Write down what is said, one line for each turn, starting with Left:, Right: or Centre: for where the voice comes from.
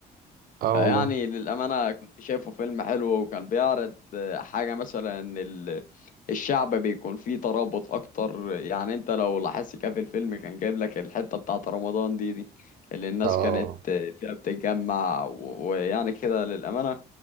Right: اه
Left: فيعني
Right: والله
Left: للأمانة كنت شايفه فيلم حلو وكان بيعرض آه، حاجة مثلا إن ال- الشعب بيكون فيه ترابط أكتر يعني أنت لو لاحظت كده في الفيلم كان جايب لك الحتة بتاعة رمضان دي دي اللي الناس
Right: اه
Left: كانت آه، فيها بتتجمع و- ويعني كده للأمانة